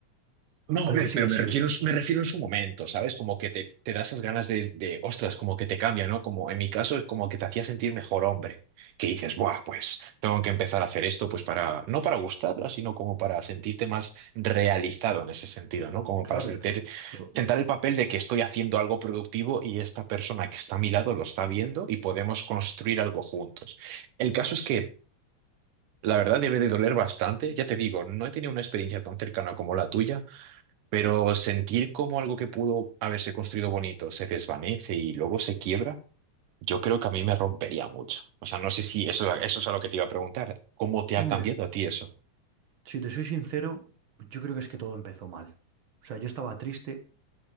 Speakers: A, on the right; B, on the right.
A: No,
B: Pero
A: ve,
B: sigue,
A: pero me
B: sigue.
A: refiero, me refiero en su momento, ¿sabes? Como que te, te da esas ganas de, de, ostras, como que te cambia, ¿no? Como en mi caso es como que te hacía sentir mejor hombre, que dices, buah, pues tengo que empezar a hacer esto, pues para, no para gustarla, sino como para sentirte más realizado en ese sentido, ¿no? Como
B: Claro,
A: para sentir,
B: es que lo...
A: tentar el papel de que estoy haciendo algo productivo y esta persona que está a mi lado lo está viendo y podemos construir algo juntos. El caso es que... La verdad debe de doler bastante, ya te digo, no he tenido una experiencia tan cercana como la tuya, pero sentir como algo que pudo haberse construido bonito se desvanece y luego se quiebra, yo creo que a mí me rompería mucho. O sea, no sé si eso, eso es a lo que te iba a preguntar. ¿Cómo te ha
B: Hombre,
A: cambiado a ti eso?
B: si te soy sincero, yo creo que es que todo empezó mal. O sea, yo estaba triste